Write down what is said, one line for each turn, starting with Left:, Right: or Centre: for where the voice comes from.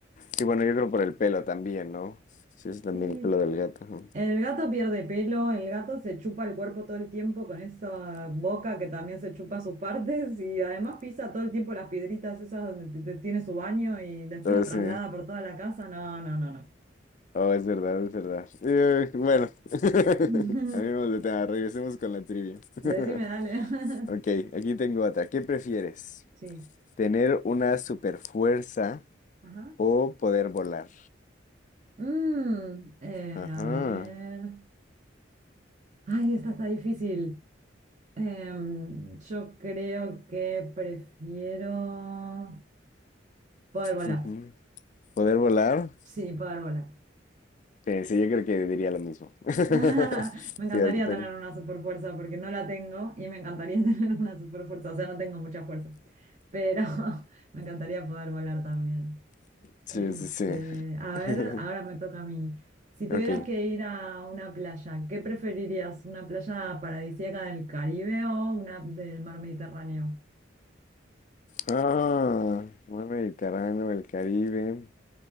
Left: sí, bueno, yo creo por el pelo también, ¿no? Sí, es también
Right: Sí,
Left: el pelo del gato. ajá.
Right: El gato pierde pelo, el gato se chupa el cuerpo todo el tiempo con esa boca que también se chupa sus partes y además pisa todo el tiempo las piedritas esas donde t- t- tiene su baño y después
Left: Pero
Right: lo traslada
Left: sí,
Right: por toda la casa. No, no, no, no.
Left: oh, es verdad, es verdad. Eh, bueno, <laughs>
Right: <laughs>
Left: amigos de tema, regresemos con la trivia. <laughs>
Right: Decime, dale. <laughs>
Left: Ok, aquí tengo otra. ¿Qué prefieres?
Right: Sí.
Left: ¿Tener una super fuerza
Right: Ajá.
Left: o poder volar?
Right: Mm, eh,
Left: Ajá.
Right: a ver. Ay, esta está difícil. Em, yo creo que prefiero poder volar.
Left: ujú. ¿Poder volar?
Right: Sí, poder volar.
Left: Sí, sí, yo creo que diría lo mismo. <laughs>
Right: <laughs> Me encantaría
Left: Sí, a ver qué pedo.
Right: tener una super fuerza porque no la tengo y me encantaría <laughs> tener una super fuerza, o sea, no tengo mucha fuerza, pero <laughs> me encantaría poder volar también.
Left: Sí,
Right: Este,
Left: sí, sí.
Right: a
Left: <laughs>
Right: ver, ahora me toca a mí. Si tuvieras
Left: Ok.
Right: que ir a una playa, ¿qué preferirías? ¿Una playa paradisíaca del Caribe o una del mar Mediterráneo?
Left: Ah, mar Mediterráneo, el Caribe.